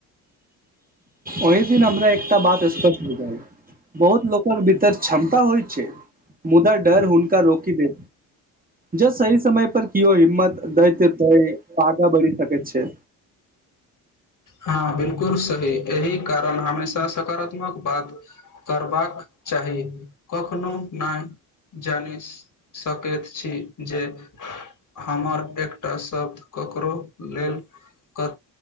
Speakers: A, on the right; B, on the left.
A: ओहि दिन हमरा एकटा बात स्पष्ट हो जाइ बहुत लोकक भीतर क्षमता होइ छै मुदा डर हुनका रोकी देै जब सही समय पर कीयो हिम्मत दैत दइ आगा बढ़ि सकैत छै
B: हँ बिलकुल सही एहि कारण हमेशा सकारात्मक बात करबाक चाही कखनो नहि जानि सकैत छी जे हमर एकटा शब्द ककरो लेल क